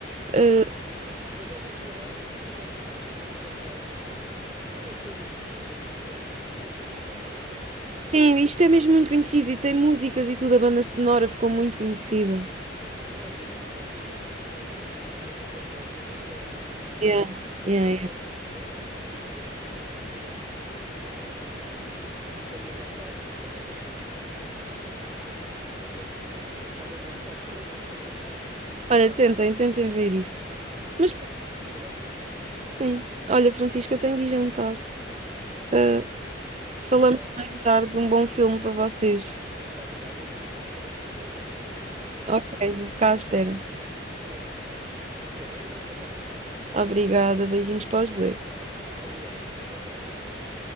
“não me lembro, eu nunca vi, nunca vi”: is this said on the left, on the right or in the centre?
Right